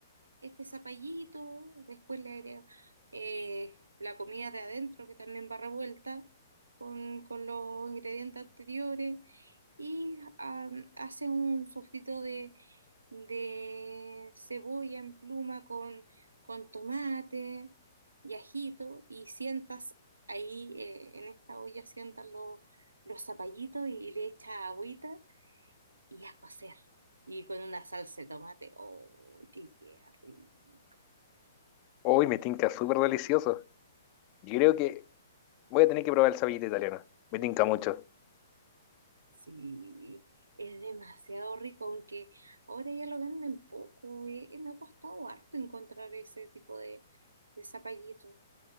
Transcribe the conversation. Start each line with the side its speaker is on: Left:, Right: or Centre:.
Right: este zapallito, después le agregas eh, la comida de adentro que también va revuelta con, con los ingredientes anteriores y am, hace un sofrito de, de cebolla en pluma con, con tomate y ajito y sientas ahí eh, en esta olla, sientas lo- los zapallitos y, y le echas agüita y a cocer. Y con una salsa de tomate, ¡oh, qué queda rico!
Left: Uy, me tinca súper delicioso. Yo creo que voy a tener que probar el sapito italiano. Me tinca mucho.
Right: Sí, es demasiado rico, aunque ahora ya lo venden poco, eh, eh, me ha costado harto encontrar ese tipo de, de zapallitos.